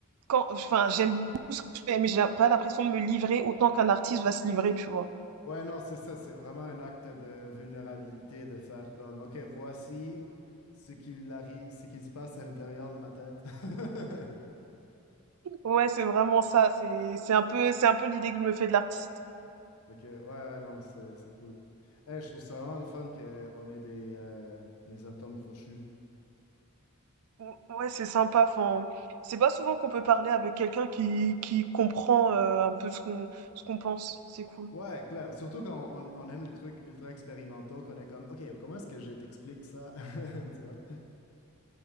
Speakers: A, on the right; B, on the left.
A: quand enfin, j'aime beaucoup ce que je fais, mais j'ai pas l'impression de me livrer autant qu'un artiste va se livrer, tu vois?
B: Ouais, non, c'est ça. C'est vraiment un acte de vulnérabilité de faire comme, OK, voici ce qu'il arrive, ce qu'il se passe à l'intérieur de ma tête. <laughs>
A: Ouais, c'est vraiment ça, c'est c'est un peu c'est un peu l'idée que je me fais de l'artiste.
B: OK, ouais, ouais, non, c'est c'est cool. Hey, je trouve ça vraiment le fun qu'on ait des, euh, des atomes crochus.
A: Ou- Ouais, c'est sympa, enfin, c'est pas souvent qu'on peut parler avec quelqu'un qui qui comprend euh, un peu ce qu'on ce qu'on pense, c'est cool.
B: Ouais, clair. Surtout quand on, on aime les trucs ultra expérimentaux, qu'on est comme, OK, comment est-ce que je t'explique ça? <laughs> Tu vois?